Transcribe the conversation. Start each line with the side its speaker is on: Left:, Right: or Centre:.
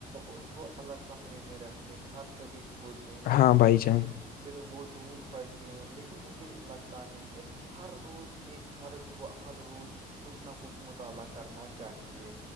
Right: ان کو الگ کمرے میں رکھتے ہیں نہ کبھی کھولتے ہیں نہ
Left: ہاں
Right: کچھ
Left: بھائی
Right: ان
Left: جان
Right: پہ پھر وہ دھول پڑتے ہیں لیکن مجھے لگتا ہے کہ ہر روز ایک فرد کو ہر روز کچھ نہ کچھ مطالعہ کرنا چاہیے